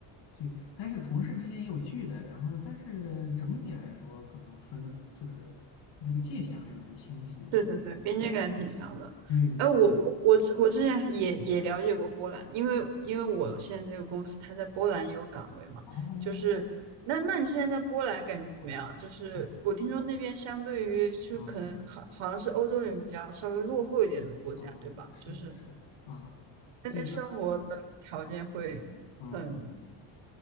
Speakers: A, on the left (about 65°); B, on the right (about 75°).
A: 去，但是同事之间也有聚的，然后但是整体来说，可能分的就是那个界限还是蛮清晰的。
B: 对对对，
A: 我对
B: 边界感挺强的。
A: 对对对，
B: 哎，我我我之我之前也也了解过波兰，因为因为我现在这个公司它在波兰也有岗位嘛，
A: 哦，
B: 就是那那你之前在波兰感觉怎么样？
A: 啊
B: 就是我听说那边相对于就是可能好好像是欧洲里面比较稍微落后一点的国家，
A: 哇，啊啊，
B: 对吧？
A: 是是啊，
B: 就是那边生活的条件会很
A: 这个嗯。